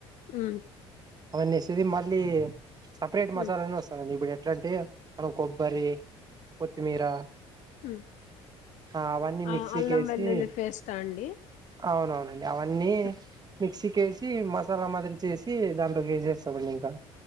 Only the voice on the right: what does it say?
అవన్నీ ఏసి మళ్ళీ సపరేట్
మసాలా అని వస్తదండి ఇప్పుడు ఎట్లా అంటే మనం కొబ్ బరీ కొత్తిమీర
ఆ అవన్నీ
మిక్సీ
కేసి
అవునవునండి అవన్నీ
మిక్సీ కేసి చి మసాలా మాదిరి చేసి దాంట్లోకి ఏసేస్తామండి ఇంకా